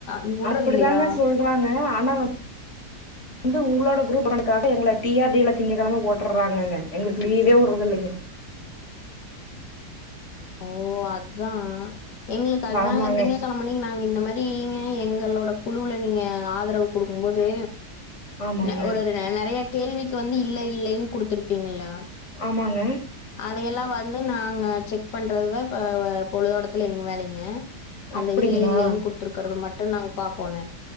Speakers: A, on the left; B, on the left.
A: இ- விடுறது
B: அப்பிடிதானே
A: இல்லையா?
B: சொல்றாங்க ஆனா வந் து உங்களோட குரூப் <unintelligible> எங்கள டி ஆர் டி ல திங்ககெழம போட்டுர்றாங்கங்க எங்ளுக்கு லீவே வுட்றதில்லங்க
A: ஓ அதுதா எங்ளுக்கு அதுதாங்க
B: ஆமாங்க
A: திங்ககெழமன்னக்கி நாங்க இந்த மாரி நீங்க எங்களோட குழுவுல நீங்க ஆதரவு குடுக்கும் போது
B: ஆமாங்க
A: ந ஒருருன நெறைய கேள்விக்கு வந்து இல்ல இல்லைன் குடுத்துருப்பீங்கல்ல
B: ஆமாங்க
A: அதையெல்லாம் வந்து நாங்க செக் பண்றதுதா இப்ப வ பொழுதோட்டத்துல எங்க வேலைங்க அந்த
B: அப்டிங்களா
A: இல்லை இல்லைனு குடுத்துருக்கறத மட் டு நாங் பாக்கோனெ